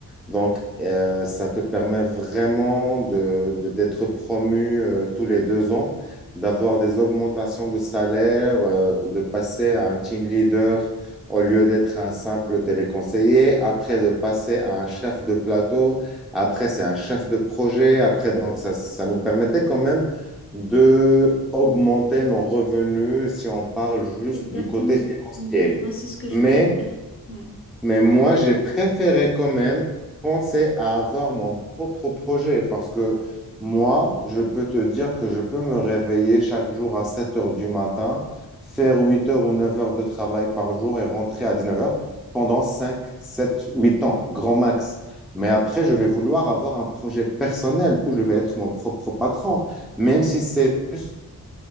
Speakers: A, in the centre; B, on the left (about 35°).
A: Donc, euh, ça te permet vraiment de, de- d'être promu euh, tous les deux ans, d'avoir des augmentations de salaire, euh, de passer à un team leader au lieu d'être un simple téléconseiller, après de passer à un chef de plateau après, c'est un chef de projet. Après, donc, ça, ça nous permettait quand même de augmenter nos revenus si on parle juste
B: Exactement.
A: du côté financier.
B: Mm. Moi, c'est ce que je
A: Mais
B: voulais faire. Ouais.
A: mais moi, j'ai préféré quand même penser à avoir mon propre projet parce que moi, je peux te dire que je peux me réveiller chaque jour à 7 heures du matin, faire 8 heures ou 9 heures de travail par jour et rentrer à 19 heures pendant 5, 7, 8 ans, grand max. Mais après, je vais vouloir avoir un projet personnel où je vais être mon propre patron, même si c'est juste